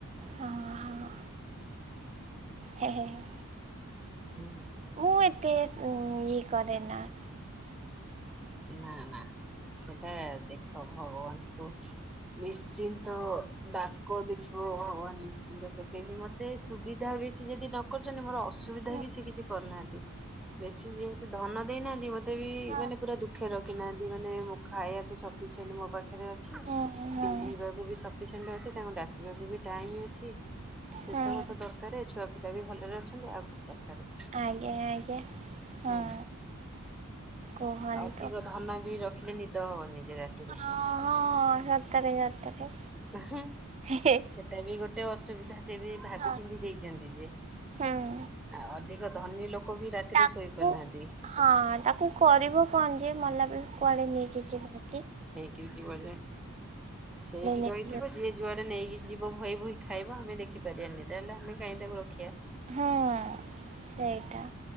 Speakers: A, on the right; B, in the centre.
A: ହଁ ହଁ ହେ ହେ ହେ
B: ହୁଁ
A: ଏତେ ଇଏ କରେନା
B: ନା ନା ସେଟା ଦେଖ ଭଗବାନଙ୍କୁ ନିଶ୍ଚିନ୍ତ ଡାକ ଦେଖିବ ଭଗବାନ ନିଶ୍ଚିନ୍ତ କେବେ ବି ମତେ ସୁବିଧା ବେଶୀ ଯଦି ନ କରୁଛନ୍ତି ମୋର ଅସୁବିଧା
A: ହଁ
B: ବି ସେ କିଛି କରିୁନାହାନ୍ତି ବେଶୀ ଯେହେତୁ ଧନ ଦେଇନାହାନ୍ତି ମତେ ବି
A: ହଁ
B: ମାନେ ପୁରା ଦୁଃ ଖୀ ରଖୀ ନାହାନ୍ତି ମାନେ ମୋ ଖାଇବାକୁ ସଫିସିଏଣ୍ଟ ମୋ ପାଖରେ ଅଛି
A: ହଁ ହଁ
B: ପିନ୍ଧିବାକୁ ବି ସଫିସିଏଣ୍ଟ ଅଛି ତାଙ୍କୁ ଡାକିବାକୁ ବି ଟାଇମ ଅଛି ସେତ
A: ହଁ
B: ମୋତେ ଦରକାର ଛୁଆ ପିଲା ବି ଭଲରେ ଅଛନ୍ତି ଆଉ କଣ ଦରକାରେ
A: ଆଜ୍ଞା ଆଜ୍ଞା ହଁ
B: ହୁଁ
A: କୁହନ୍ତୁ
B: ଅଧିକ ଧନ ବି ରଖିଲେ ନିଦ ହବନି ଯେ ରାତିରେ
A: ହଁ ହଁ ସତରେ ସତରେ
B: ଉହୁଁ
A: ହେ ହେ
B: ସେଟା ବି ଗୋଟେ ଅସୁବିଧା ଧା ସେ ବି ଭାବିଚିନ୍ତି
A: ହଁ
B: ଦେଇଛନ୍ତି ଯେ
A: ହୁଁ
B: ଆ ଅଧିକ ଧନୀ ଲୋକ ବି ରାତିରେ
A: ତାକୁ
B: ଶୋଇ ପାରୁନାହାନ୍ତି
A: ହଁ ତାକୁ କରିବ କଣ ଯେ ମଲାବେ କୁଆଡେ ନେଇକି ଯିବକି
B: କିଏ ଜିବଯେ ସେଇଠି
A: ନେଇକି
B: ରହିଥିବ
A: ଯିବ
B: ଯିଏ ଯୁଆଡେ ନେଇକି ଯିବ ଭଇ ଭୁହି ଖାଇବ ଆମେ ଦେଖିପାରିବାନି ତାହେଲେ ଆମେ କାହିଁ ତାକୁ ରଖିବା
A: ହଁ ସେଇଟା